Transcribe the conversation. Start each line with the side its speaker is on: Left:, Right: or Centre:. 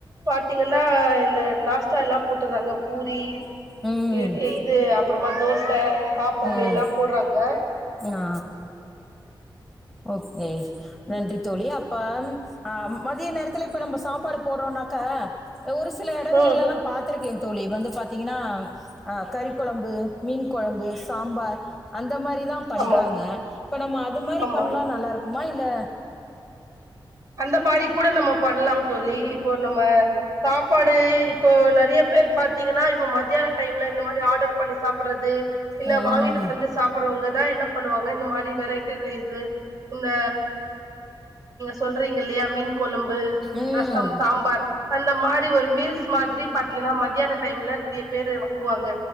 Right: பாத்தீங்கன்னா இந்த நாஸ்டா எல்லாம் போட்டுறாங்க பூரி
Centre: ம்
Right: இ
Centre: ம்
Right: இது அப்பறமா தோச ஆப்பம்
Centre: ம்
Right: எல்லா போட்றாங்க
Centre: ஆ ஓகே நன்றி தோழி அப்பாம் ஆ மதிய நேரத்துல இப்ப நம்ம சாப்பாடு போடுறோம்னாக்கா ஒரு சில இடங்கள்
Right: ம்
Centre: இல்லதாம் பாத்துருக்கே தோழி வந்து பாத்திங்கன்னா அ கறிக்கொழம்பு மீன் கொழம்பு சாம்பார் அந்த மாரி தா பண்றாங்க
Right: ஆமா
Centre: இப்ப நம்ம அது மாரி
Right: ஆமா
Centre: பண்ணலா நல்லா இருக் கும்மா இல்ல
Right: அந்த மாரி கூட நம்ம பண்ணலாம் தோழி இப்போ நம்ம சாப்பாடு இப்போ நெறைய பேர் பாத்தீங்கன்னா இப்போ மத்தியான டைம்ல இந்த மாரி ஆர்டர் பண்ணி சாப்பட்றது இல்ல
Centre: ம்
Right: வாங்கிட்டு வந்து சாப்பிடுறவங்கதா என்ன பண்ணுவாங்க இந்த மாரி வெரைட்டி ரைஸ்ஸு இந்த சொல்றீங்கில்லையா மீன் கொழம்பு
Centre: ம்
Right: ரசம் சாம்பார் அந்த மாரி ஒரு மீல்ஸ் மாதிரி பாத்தீங்கன்னா மத்தியான டைம்ல நெறைய பேரு வாங்குவாங்க